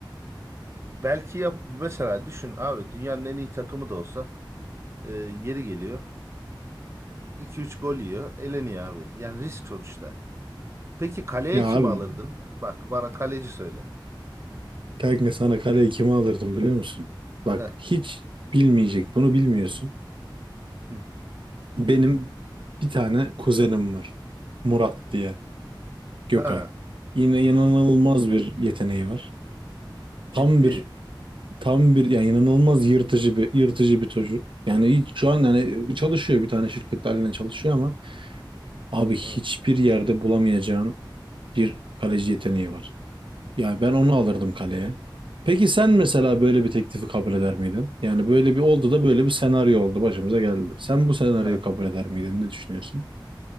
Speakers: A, on the right (about 30°); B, on the right (about 80°).
A: belki yap mesela düşün abi dünyanın en iyi takımı da olsa e, yeri geliyor. iki üç gol yiyor. Eleniyor abi. Yani risk sonuçta. Peki kaleye
B: Ya
A: kimi
B: abi
A: alırdın? Bak bana kaleci söyle.
B: kanka sana kaleyi kime alırdım biliyor musun? Bak
A: Heh.
B: hiç bilmeyecek bunu bilmiyorsun.
A: Hı.
B: Benim bir tane kuzenim var. Murat diye. Gökay.
A: Ha,
B: Yine inanılmaz bir yeteneği var.
A: ciddi.
B: Tam bir tam bir yani inanılmaz yırtıcı bir yırtıcı bir çocuk. Yani hiç- şu an yani çalışıyor bir tane şirkette haline çalışıyor ama abi hiçbir
A: Ha.
B: yerde bulamayacağın bir kaleci yeteneği var. Yani ben onu alırdım kaleye. Peki sen mesela böyle bir teklifi kabul eder miydin? Yani böyle bir oldu da böyle bir senaryo oldu başımıza geldi. Sen bu senaryoyu
A: Ha.
B: kabul eder miydin? Ne düşünüyorsun?